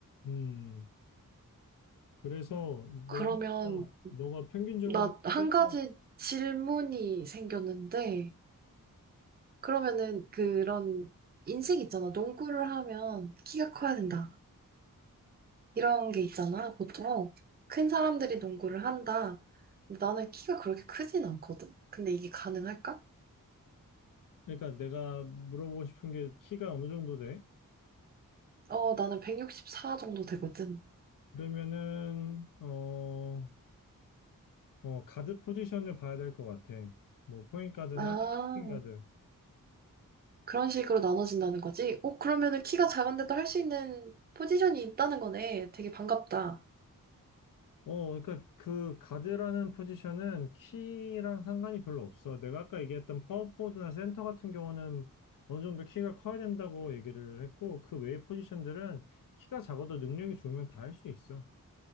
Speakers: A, on the left; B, on the right.
A: 음 그래서
B: 그러면
A: 너가 너가 평균적으로
B: 나 한
A: 키가-
B: 가지 질문이 생겼는데, 그러면은 그런 인식 있잖아. 농구를 하면 키가 커야 된다. 이런 게 있잖아. 보통 큰 사람들이 농구를 한다. 근데 나는 키가 그렇게 크진 않거든. 근데 이게 가능할까?
A: 그러니까 내가 물어보고 싶은 게 키가 어느 정도 돼?
B: 어, 나는 164 정도 되거든.
A: 그러면은 어, 어 가드 포지션을 봐야 될 것 같아. 뭐 포인트 가드나
B: 아,
A: 슈팅 가드.
B: 그런 식으로 나눠진다는 거지? 어, 그러면은 키가 작은데도 할 수 있는 포지션이 있다는 거네. 되게 반갑다.
A: 어, 그러니까 그 가드라는 포지션은 키랑 상관이 별로 없어. 내가 아까 얘기했던 파워포워드나 센터 같은 경우는 어느 정도 키가 커야 된다고 얘기를 했고, 그 외의 포지션들은 키가 작아도 능력이 좋으면 다 할 수 있어.